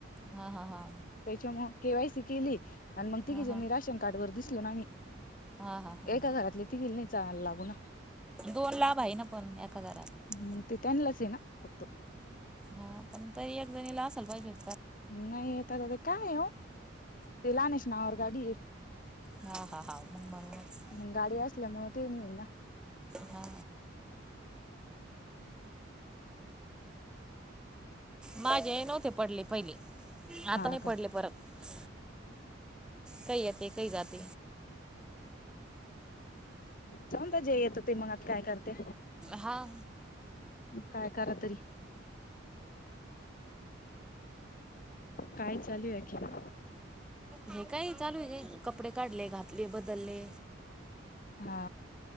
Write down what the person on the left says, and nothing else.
त्याच्यामु केवायसी केली आणि मग तिघी
जनी
राशन कार्ड वर दिसलो ना मी
एका घरातली ती ग नाही ला लागू ना
मग ते त्यांनाच आहे ना फक्त
नाही यता द का नाही हो तेलाने सु नार गाडी
मग गाडी असल्यामुळें ते नाही होईना
हा
का
सऊता जे येतो ते मग आता काय करते
काय करा तरी काय चालू अखिर
हा